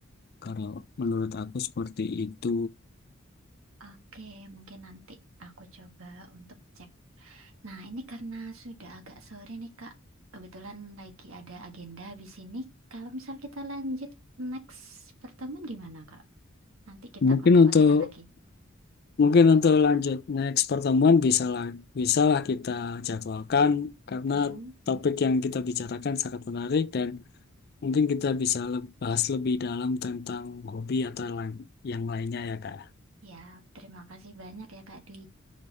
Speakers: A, on the left (about 50°); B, on the right (about 80°).
A: Kalau menurut aku seperti itu.
B: Oke, mungkin nanti aku coba untuk cek. Nah, ini karena sudah agak sore nih, Kak. Kebetulan lagi ada agenda di sini. Kalau misal kita lanjut next pertemuan gimana, Kak? Nanti kita
A: Mungkin
B: kontak-kontakan
A: untuk
B: lagi.
A: mungkin untuk lanjut next pertemuan bisa lah bisalah kita jadwalkan karena
B: Mm-mm.
A: topik yang kita bicarakan sangat menarik dan Mungkin kita bisa le- bahas lebih dalam tentang hobi atau lain- yang lainnya ya, Kak.
B: Ya, terima kasih banyak ya, Kak Dwi.